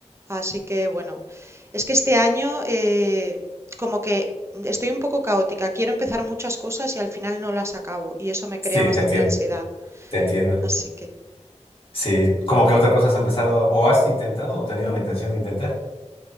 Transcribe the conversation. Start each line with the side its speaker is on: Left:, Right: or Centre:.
Right: Así que, bueno, es que este año eh, como que estoy un poco caótica. Quiero empezar muchas cosas y al final no las acabo. Y eso me
Left: Sí,
Right: crea
Left: te
Right: bastante
Left: entiendo,
Right: ansiedad.
Left: te entiendo.
Right: Así que...
Left: Sí, como que otra cosa has empezado o has intentado o tenido la intención de intentar.